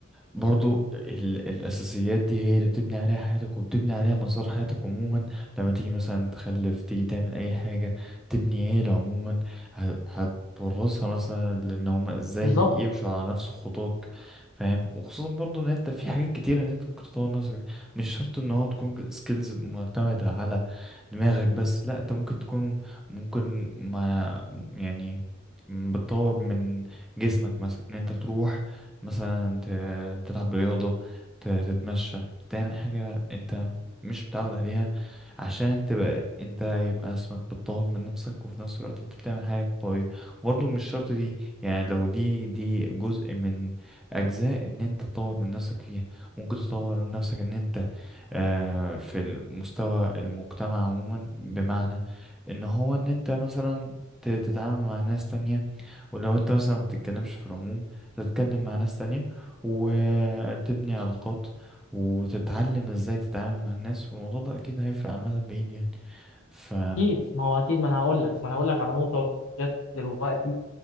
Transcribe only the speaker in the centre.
برضو ال الأساسيات دي هي اللي بتبني عليها حياتك وبتبني عليها مسار حياتك عموما لما تيجي مثلا تخلف تيجي تعمل أي حاجة تبني عيلة عموما ه- هتورثها مثلا لأن هما ازاي
يمشوا على نفس خطاك فاهم وخصوصا برضو إن أنت في حاجات كتيرة إن أنت ممكن تطور نفسك مش شرط إن هو تكون سكيلز معتمدة على دماغك بس لأ أنت ممكن تكون ممكن ما يعني بتطور من جسمك مثلا ان انت تروح مثلا ت- تلعب رياضة ت- تتمشى تعمل حاجة انت مش متعود عليها عشان تبقى انت يبقى اسمك بتطور من نفسك وفي نفس الوقت انت بتعمل حاجة قوية وبرضه مش شرط دي يعني لو دي دي جزء من أجزاء ان انت تطور من نفسك فيها ممكن تطور من نفسك ان انت آه في المستوى المجتمع عموما بمعنى ان هو ان انت مثلا ت- تتعامل مع ناس تانية ولو انت مثلا ما بتتكلمش في العموم تتكلم مع ناس تانية وتبني علاقات وتتعلم ازاي تتعامل مع الناس والموضوع ده اكيد هيفرق عن المدى البعيد يعني ف